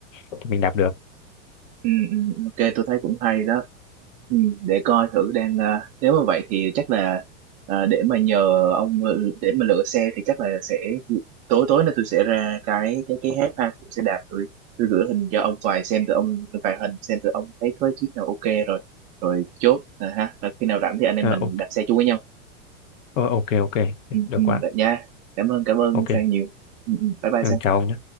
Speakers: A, on the left; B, on the right.
A: thì mình đạp được
B: Ừ. ừ, ok tôi thấy cũng hay đó ừ. để coi thử đang ờ, nếu mà vậy thì chắc là ờ, để mà nhờ ông ừ, để mà lựa xe thì chắc là sẽ tối tối nay tôi sẽ ra cái cái cái app ha tôi sẽ đạp tôi tôi gửi hình cho ông vài xem từ ông vài hình xem từ ông thấy có chiếc nào ok rồi rồi chốt à, ha Rồi khi nào rảnh thì anh em
A: Ờ,
B: mình
A: ok
B: đạp xe chung với nhau
A: Ờ, ok ok
B: ừ,
A: được
B: ừ.
A: quá
B: vậy nha cảm ơn cảm ơn
A: ok
B: Sang nhiều Ừ, ừ, ừ. bye bye
A: ừ,
B: Sang
A: chào ông nhé